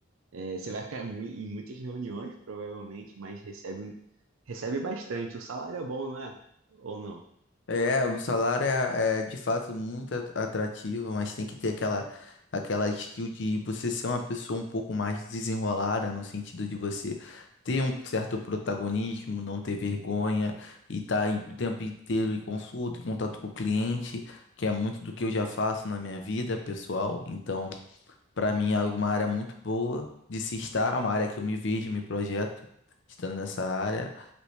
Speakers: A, on the right; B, on the left.
A: É, você vai ficar mu- em muitas reuniões, provavelmente, mas recebe, recebe bastante. O salário é bom, não é? Ou não?
B: É, o salário é, é, de fato muito at- atrativo, mas tem que ter aquela, aquela skill de você ser uma pessoa um pouco mais desenrolada, no sentido de você ter um certo protagonismo, não ter vergonha e estar o tempo inteiro em consulta, em contato com o cliente, que é muito do que eu já faço na minha vida pessoal. Então, para mim é uma área muito boa de se estar, é uma área que eu me vejo, me projeto estando nessa área.